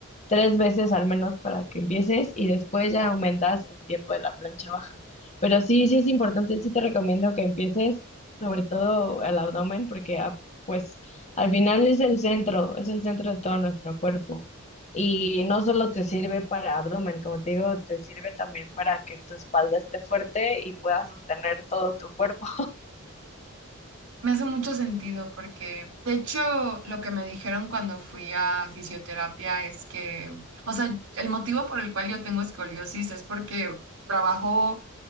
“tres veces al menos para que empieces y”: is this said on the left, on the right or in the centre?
Left